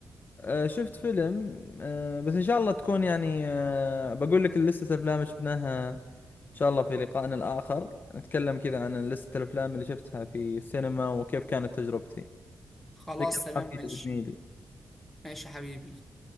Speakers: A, on the left (about 30°); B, in the centre.
A: آه شفت فيلم آه بس ان شاء الله تكون يعني آه بقول لك لسه افلام شفناها إن شاء الله في لقائنا الآخر نتكلم كذا عن لستة الأفلام اللي شفتها في السينما وكيف كانت تجربتي
B: خلاص
A: يعطيك
B: تمام
A: العافية
B: ماشي
A: يا زميلي
B: ماشي يا حبيبي